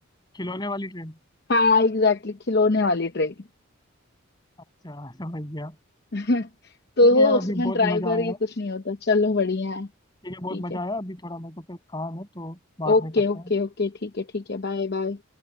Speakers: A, on the left (about 20°); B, on the left (about 50°).
A: खिलौने वाली ट्रेन
B: हाँ एग्जैक्टली खिलौने वाली ट्रेन
A: अच्छा समझ गया
B: <laughs> तो
A: ठीक है
B: वो
A: यार अभी
B: उसमें
A: बहुत
B: ड्राइवर
A: मजा आया
B: ये कुछ नहीं होता चलो बढ़िया है
A: ठीक है
B: ठीक
A: बहुत मजा
B: है
A: आया अभी थोड़ा मेरे को फिर काम है तो बाद
B: ओके
A: में करते
B: ओके
A: हैं
B: ओके ठीक है ठीक है बाय बाय